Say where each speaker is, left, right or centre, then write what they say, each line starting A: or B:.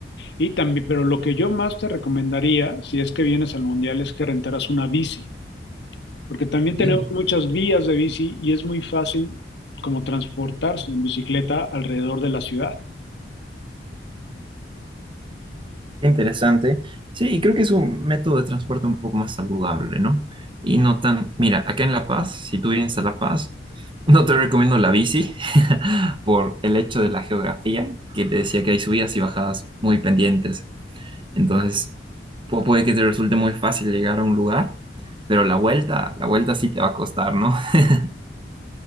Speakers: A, on the left; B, on the right.
A: Y también, pero lo que yo más te recomendaría, si es que vienes al mundial, es que rentaras una bici. porque también
B: Ok,
A: tenemos muchas vías de bici y es muy fácil como transportarse en bicicleta alrededor de la ciudad.
B: Interesante. Sí, y creo que es un método de transporte un poco más saludable, ¿no? Y no tan, mira, acá en La Paz, si tú vienes a La Paz, no te recomiendo la bici <laughs> por el hecho de la geografía, que te decía que hay subidas y bajadas muy pendientes. Entonces, pu- puede que te resulte muy fácil llegar a un lugar, pero la vuelta, la vuelta sí te va a costar, ¿no? <laughs>